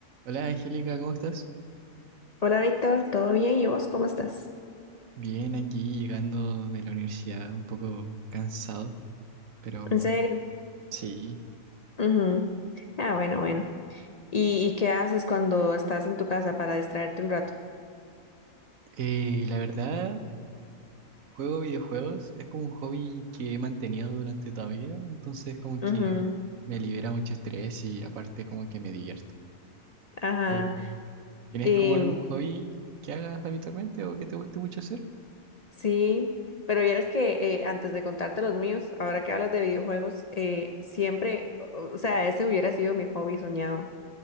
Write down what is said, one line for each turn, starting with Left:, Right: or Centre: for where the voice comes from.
Right: Hola Angélica, ¿cómo estás?
Left: Hola Víctor, ¿todo bien? ¿Y vos cómo estás?
Right: Bien, aquí llegando de la universidad, un poco cansado, pero
Left: ¿En serio?
Right: sí.
Left: Ujú. Ah, bueno, bueno. ¿Y, y qué haces cuando estás en tu casa para distraerte un rato?
Right: Eh, la verdad, juego videojuegos es como un hobby que he mantenido durante toda mi vida, entonces como
Left: Ujú,
Right: que me libera mucho estrés y aparte como que me divierto.
Left: Ajá.
Right: Mm. ¿Tienes
Left: Em,
Right: como algún hobby que hagas habitualmente o que te guste mucho hacer?
Left: sí, pero vieras que eh, antes de contarte los míos, ahora que hablas de videojuegos, eh, siempre, o o sea, ese hubiera sido mi hobby soñado.